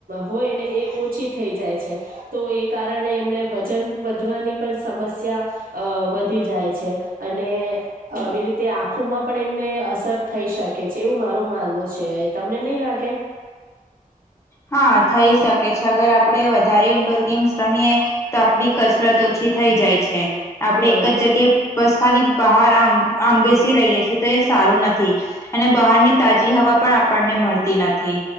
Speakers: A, on the right; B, on the left.
A: હોય ને એ ઓછી થઈ જાય છે તો એ કારણે એમને વજન વધવાની પણ સમસ્યા વધી જાય છે અને આવી રી તે આંખોમાં પણ એમને અસર થઈ શકે છે એવું મારું માનવું છે તમને નહી લાગે
B: હા થઈ શકે છે અગર આપડણે વધારે ઇન્ડોર ગેમ્સ રમીએ તો આપડી કસરત ઓછી થઈ જાય છે આપણેે
A: હ
B: એક જ જગ્યાએ બસ ખાલી બહાર આં આં બેસી રહીએ છ છેએ તો એ સારું નથી અને બહાર ની તાજી હવા પણ આપણને મળતી નથી